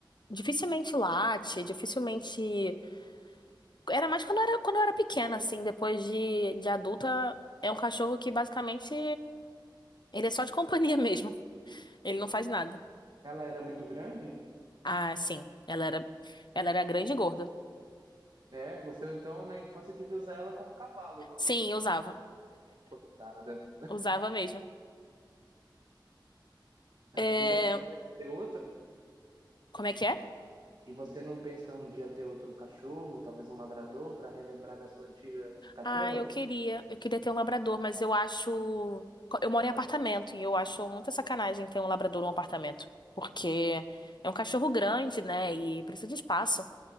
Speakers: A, on the left; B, on the right.
A: Dificilmente late, dificilmente. Era mais quando eu era, quando eu era pequena, assim. Depois de, de adulta, é um cachorro que basicamente ele é só de <laughs> companhia mesmo. Ele não faz nada.
B: Ela era muito grande?
A: Ah, sim. Ela era, ela era grande e gorda.
B: É, você então na infância devia usar ela como cavalo, não?
A: Sim, eu usava.
B: Coitada.
A: Usava mesmo. É,
B: E você não pensa ter outro?
A: como é que é?
B: E você não pensa um dia ter outro cachorro, talvez um labrador, para relembrar da sua antiga cachorra?
A: Ah, eu queria. Eu queria ter um labrador, mas eu acho. Eu moro em apartamento e eu acho muita sacanagem ter um labrador num apartamento. Porque é um cachorro grande, né? E precisa de espaço.